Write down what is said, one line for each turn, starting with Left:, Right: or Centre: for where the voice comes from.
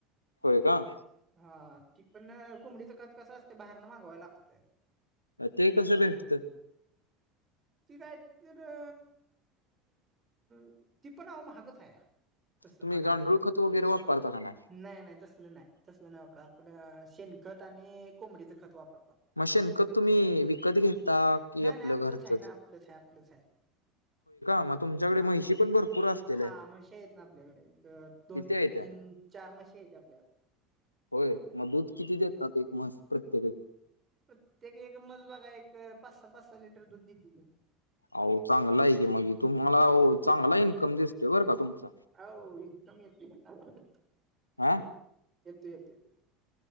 Left: होय.. का?
Right: हा.. ती पण कोंबडीचं खत कसं असतं बाहेरन मागवावं लागतंय.
Left: ते कसं भेटतं?
Right: ती काय.. त.. र अ.. अ.. ती पण आवो महाग हाया तसं
Left: तुम्ही
Right: म्हणाय
Left: गांडूळ
Right: गेलं तर,
Left: खत वगैरे वापरता का नाही
Right: नाय.. नाय.. तसं तस नाय, तसलं नाय वापरत आपल्या.. शेणखत आणि कोंबडीचं खत वापर
Left: मग.. शेणखत तुम्ही विकत घेता की?
Right: नाही
Left: आपलं
Right: नाही आपलंच
Left: घरच
Right: आहे ना आपलंच हाय.. आपलंच हाय
Left: मग तुमच्याकडे
Right: हा..
Left: म्हैशी पण भरपूर असतील
Right: हा.. म्हशी हायत ना आपल्याकडे एक.. दोन
Left: किती
Right: -तीन
Left: आहे त्या
Right: चार म्हशी हायेत आपल्या
Left: होय.. मग दूध किती देतात एक म्हस.. प्रत्येक
Right: प्रत्येकी एक मज बघा एक पाच -सहा, पाच- सहा लिटर दूध देतेती.
Left: अहो.. चांगलं हाय की मग तुम्हाला चांगला इन्कम दिसतोय तुमचा
Right: अहो.. इन्कम येतोय ह्...
Left: हा
Right: येतो.. येतोय